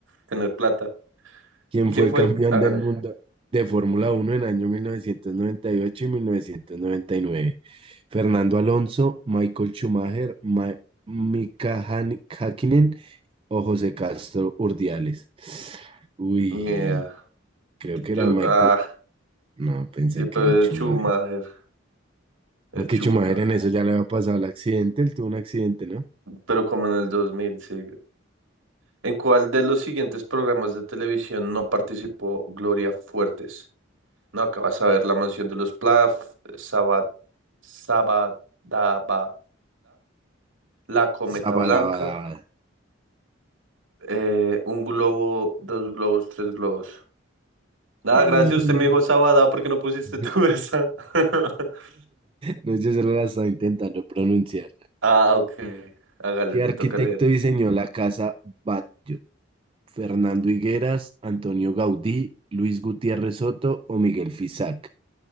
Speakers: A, on the right (about 75°); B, on the right (about 25°).
A: Tener plata.
B: quien
A: ¿Quién
B: fue
A: fue
B: campeón
A: el...? Hágale.
B: del mundo de Fórmula Uno en año mil novecientos noventa y ocho y y mil novecientos noventa y nueve? Fernando Alonso, Michael Schumacher, Ma- Mika Han- Häkkinen o José Castro Urdiales. Uy,
A: Ni idea.
B: creo
A: Yo...
B: que
A: yo-
B: era Michael.
A: ah,
B: No, pensé
A: yo,
B: que
A: pero
B: era Schumacher.
A: el Schumacher. El
B: Aunque
A: Schumacher.
B: Schumacher en eso ya le había pasado el accidente, él tuvo un accidente, ¿no?
A: Pero como en el 2000, sí. ¿En cuál de los siguientes programas de televisión no participó Gloria Fuertes? No, acabas a ver La Mansión de los Plaf, Sabad, Sabadabada, La Cometa
B: Sabadabadabada.
A: Blanca, eh, un globo, dos globos, tres globos. Nada,
B: Y...
A: gracias, usted me dijo Sabada porque no pusiste
B: <laughs>
A: tú esa. <laughs>
B: No, yo solo la estaba intentando pronunciar.
A: Ah, ok. Hágale,
B: ¿Qué
A: le
B: arquitecto
A: toca leer.
B: diseñó la casa Batlló? ¿Fernando Higueras, Antonio Gaudí, Luis Gutiérrez Soto o Miguel Fisac?